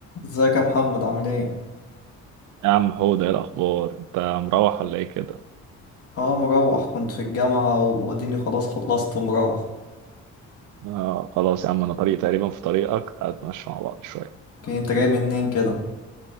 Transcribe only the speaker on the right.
يا عم هو ده إيه الاخبار انت مروح ولا ايه كده
آه خلاص يا عم انا طريق تقريبا في طريقك تعال نتمشى مع بعض شويه